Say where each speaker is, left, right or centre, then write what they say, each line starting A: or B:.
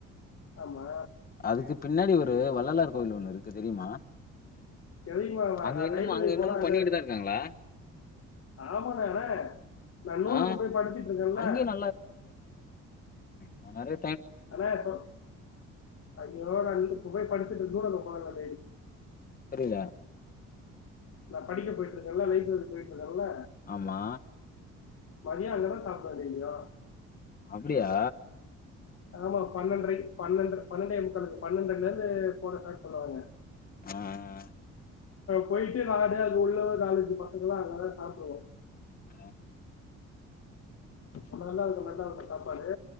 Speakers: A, on the left; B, on the left.
A: ஆமா
B: அதுக்கு பின்னாடி ஒரு து வள்ளலார் கோயிலு ஒண்ணு இருக்கு தெரியுமா
A: தெரியுமாவா
B: அங்க
A: நா
B: இன்னமும்
A: லைபெரிக் போனா
B: இன்னமும்
A: அங்க
B: பண்ணிக்கிட்டு தான் இருக்காங்களா?
A: ஆமானெ அனே நா நூலகோ
B: ஆ
A: போய் படிச்சுட்ருந்தேல
B: அங்கேயும் நா நெறை
A: அனே சொல் ஐயோ நா வீட்டுக் <unintelligible> படுத்துட்டு நூலல்ல ஒக்காருவே
B: புரியலா
A: நா படிக்க போயிட் இதுக் நல்லா லைஃப் இருக் பேயிட்ருக்கல்ல
B: ஆமா.
A: மதியோ அங்கதா சாப்டுவே டெய்லியு
B: அப்புடியா
A: ஆமா பன்னெண்ட்ரை பன்னெண்ர பன்னெண்டே முக்காலுக்கு பன்னெண்டர்லேந்து போட சாப் சொல்லுவாங்க
B: ஆஹ்
A: போயிட்டு நாடு அது உள்ள ஒரு ஆலு. தி பாத்துக்கலா அதனால சாப்புடுவோ.
B: ஆ.
A: முன்ன தெல்லா இந்த மாரி தா இருக்கு சாப்பாடு